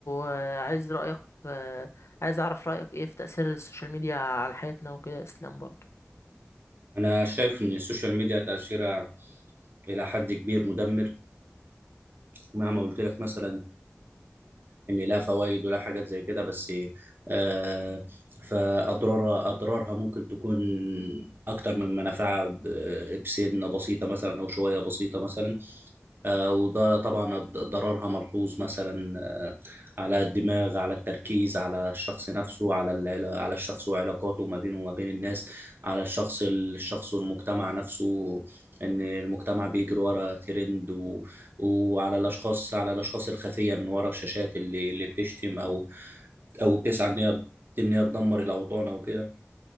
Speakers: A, on the left; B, on the right.
A: آه، عايز رايك آه، عايز اعرف رايك ايه في تاثير السوشيال ميديا على حياتنا وكده اسلام برضو
B: انا شايف ان السوشيال ميديا تاثيرها الى حد كبير مدمر مهما قلت لك مثلا ان لا فوائد ولا حاجات زي كده بس آه فاضرارها اضرارها ممكن تكون اكتر من منافعها ب- بسنه بسيطه مثلا او شويه بسيطه مثلا آه وده طبعا ض- ضررها ملحوظ مثلا آه على الدماغ على التركيز على الشخص نفسه على العلا- على الشخص وعلاقاته ما بينه وما بين الناس على الشخص الشخص والمجتمع نفسه ان المجتمع بيجري ورا ترند وعلى الاشخاص على الاشخاص الخفيه من ورا الشاشات اللي اللي بتشتم او او بتسعى ان هي ان هي تدمر الاوطان او كده